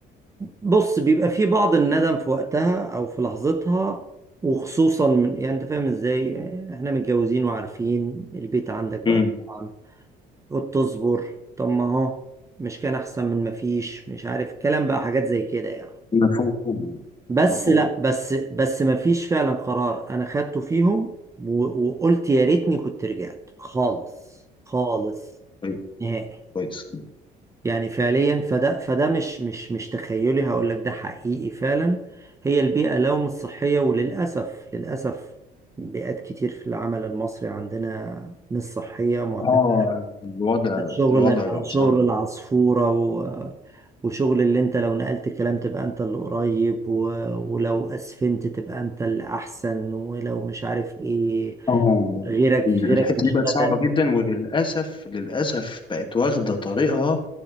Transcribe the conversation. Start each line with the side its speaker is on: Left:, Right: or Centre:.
Right: بص بيبقى في بعض الندم في وقتها أو في لحظتها وخصوصا من يعني أنت فاهم إزاي إحنا متجوزين وعارفين البيت عندك بقى
Left: امم
Right: طبعاً قلت تصبر طب ما هو مش كان احسن من ما فيش مش عارف الكلام بقى حاجات زي كده يعني
Left: مفهوم
Right: بس
Left: مفهوم
Right: لا بس بس ما فيش فعلا قرار انا خدته فيهم و- وقلت يا ريتني كنت رجعت خالص خالص
Left: طيب
Right: نهائي
Left: كويس
Right: يعني فعليا فده فده مش مش مش تخيلي هقول لك ده حقيقي فعلا هي البيئة لو مش صحية وللأسف للأسف بيئات كتير في العمل المصري عندنا مش صحية معتمدة
Left: اه الوضع
Right: شغل
Left: الوضع
Right: على
Left: بقى
Right: شغل
Left: صعب
Right: العصفورة و... وشغل اللي انت لو نقلت كلام تبقى انت اللي قريب و... ولو اسفنت تبقى انت اللي احسن ولو مش عارف ايه
Left: اه
Right: غيرك
Left: الحتة
Right: غيرك مش
Left: دي بقت
Right: قادر
Left: صعبة جدا وللأسف للأسف بقت واخدة طريقها